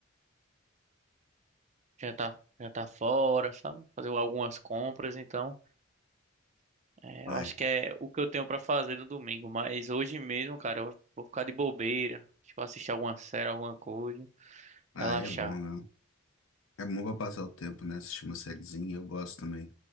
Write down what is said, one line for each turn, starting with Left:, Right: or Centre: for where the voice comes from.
Right: já tá, já tá fora, sabe? Fazer algumas compras, então É,
Left: Ai,
Right: eu acho que é o que eu tenho pra fazer no domingo, mas hoje mesmo, cara, eu vou ficar de bobeira, tipo, assistir alguma série, alguma coisa,
Left: aí
Right: relaxar.
Left: é bom, né? É bom pra passar o tempo, né? Assistir uma sériezinha, eu gosto também.